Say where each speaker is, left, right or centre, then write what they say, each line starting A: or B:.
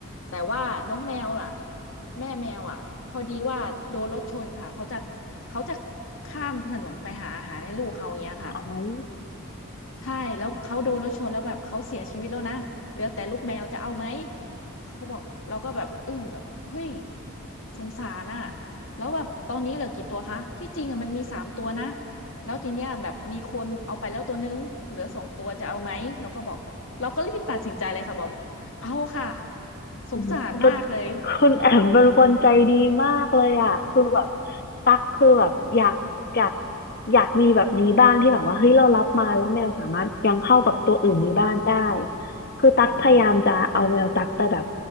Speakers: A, on the left; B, on the left.
A: แต่ว่าน้องแมวอ่ะแม่แมวอ่ะพอดีว่าโดนรถชนค่ะเขาจะเขาจะข้ามถนนไปหาอาหารให้ลูกเขาอย่างเงี้ยค่ะ
B: เอา
A: ใช่แล้วเขาโดนรถชนแล้วแบบเขาเสียชีวิตแล้วนะเหลือแต่ลูกแมวจะเอาไหมเขาบอกเราก็แบบอึ้งแบบเฮ้ยสงสารน่ะแล้วแบบตอนนี้เหลือกี่ตัวคะที่จริงอ่ะมันมีสามตัวนะแล้วทีเนี้ยแบบมีคนเอาไปแล้วตัวนึงเหลือสองตัวจะเอาไหมเราก็บอกเราก็รีบตัดสินใจเลยค่ะบอกเอาค่ะสงสารมากเลยอืม
B: อืมก็คุณแอมเป็นคนใจดีมากเลยอ่ะคือแบบตักคือแบบอยากอยากอยากมีแบบนี้บ้างที่แบบว่าเฮ้ยเรารับมาแล้วแมวสามารถยังเข้ากับตัวอื่นในบ้านได้
A: อืม
B: คือตักพยายามจะเอาแมวตักไปแบบ
A: อืม